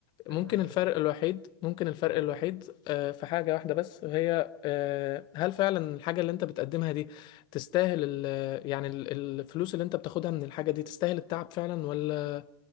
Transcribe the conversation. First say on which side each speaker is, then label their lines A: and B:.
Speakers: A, on the right (about 85°); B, on the left (about 40°).
A: انا
B: ممكن
A: معاك
B: الفرق الوحيد ممكن الفرق
A: ايوه
B: الوحيد آه، في حاجة واحدة بس وهي آه، هل فعلا الحاجة اللي انت بتقدمها دي تستاهل ال يعني ال- الفلوس اللي انت بتاخدها من الحاجة دي تستاهل التعب فعلا ولا